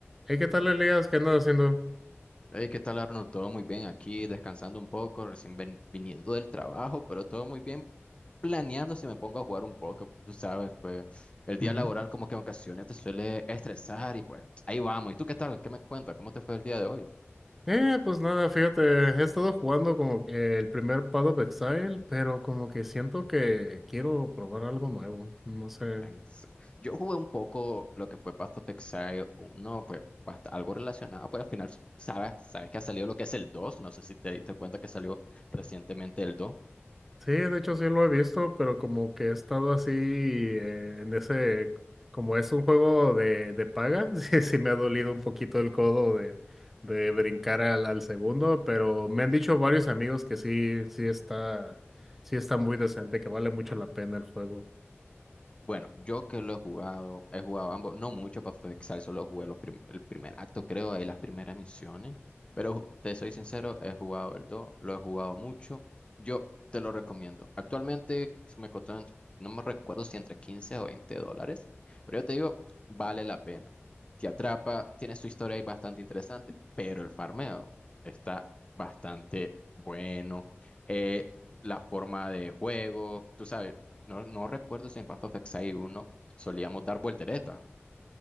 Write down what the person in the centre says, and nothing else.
Hey, ¿qué tal, Elías? ¿Qué andas haciendo?
Ujú.
Eh, pues nada, fíjate, he estado jugando como que el primer Path of Exile, pero como que siento que quiero probar algo nuevo, no sé.
Sí, de hecho sí lo he visto, pero como que he estado así eh, en ese, como es un juego de, de paga, <laughs> sí, sí me ha dolido un poquito el codo de, de brincar al, al segundo, pero me han dicho varios amigos que sí, sí está, sí está muy decente, que vale mucho la pena el juego.